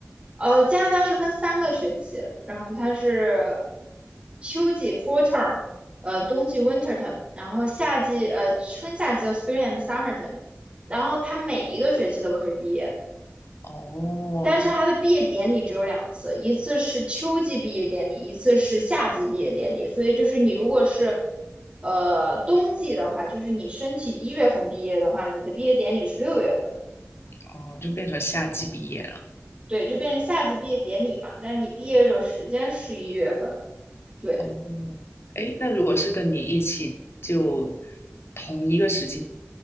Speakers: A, on the right (about 25°); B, on the left (about 55°).
A: 呃，加拿大是分三个学期，然后它是秋季 （fall term），呃，冬季 （winter term），然后夏季，呃，春夏季叫 spring and summer term，然后它每一个学期都可以毕业。
B: 哦
A: 但是他的毕业典礼只有两次，一次是秋季毕业典礼，一次是夏季毕业典礼。所以就是你如果是，呃，冬季的话，就是你申请一月份毕业的话，你的毕业典礼是六月份，
B: 哦，就变成夏季毕业了。
A: 对，就变成夏季毕业典礼嘛。但是你毕业的时间是一月份，对，
B: 哦，哎，那如果是跟你一起就同一个时期